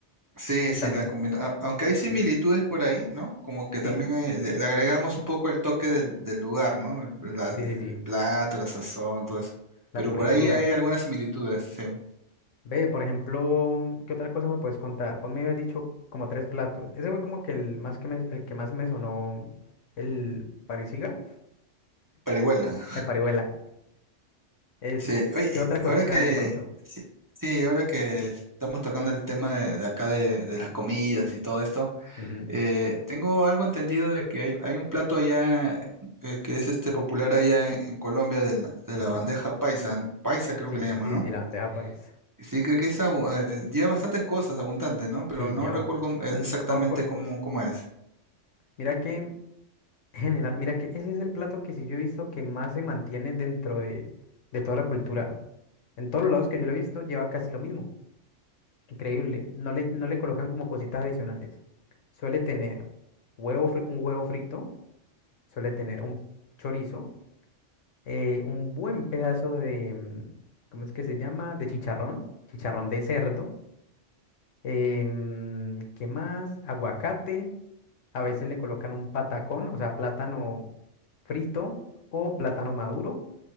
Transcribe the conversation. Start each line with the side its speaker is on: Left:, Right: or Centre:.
Right: Sí,
Left: Cuéntame.
Right: sí, la combina. a- Aunque hay similitudes
Left: Ujú,
Right: por ahí, ¿no? Como que también
Left: Sí,
Right: hay- le, le agregamos un poco el toque del, del lugar, ¿no? El, la-
Left: sí,
Right: el
Left: sí, sí,
Right: plato, la sazón, todo eso.
Left: la
Right: Pero
Left: cultura.
Right: por ahí hay algunas similitudes, sí.
Left: Ve, por ejemplo, mm, ¿qué otra cosa me puedes contar? Vos me habías dicho como tres platos. Ese fue como que el más que me, el que más me sonó mm, el parisiga,
Right: Parihuela.
Left: el parihuela. Es,
Right: Sí, oye,
Left: ¿qué otra cosita
Right: ahora que,
Left: de pronto?
Right: sí, sí, ahora que estamos tocando el tema de, de acá de, de las comidas y todo esto,
Left: Ujú,
Right: eh, tengo algo entendido de que hay, hay un plato allá eh, que es este popular allá en, en Colombia de la, de
Left: ujú.
Right: la bandeja paisa, ¿no? Paisa creo
Left: Sí,
Right: que le llaman,
Left: sí,
Right: ¿no?
Left: sí, sí, la bandeja paisa.
Right: Sí, creo que es, abu- eh, lleva bastantes cosas abundante, ¿no? Pero
Left: Sí,
Right: no
Left: lleva
Right: recuerdo eh,
Left: un
Right: exactamente
Left: poco de
Right: cómo,
Left: cosas.
Right: cómo es.
Left: Mira que, <laughs> en general, mira que ese es el plato que sí yo he visto que más se mantiene dentro de, de toda la cultura. En todos los lados que yo lo he visto lleva casi lo mismo. Increíble. No le, no le colocan como cositas adicionales. Suele tener huevo, fri- un huevo frito, suele tener un chorizo, eh, un buen pedazo de, mm, ¿cómo es que se llama? De chicharrón, chicharrón de cerdo. eh, mm, ¿qué más? Aguacate. A veces le colocan un patacón, o sea, plátano frito o plátano maduro.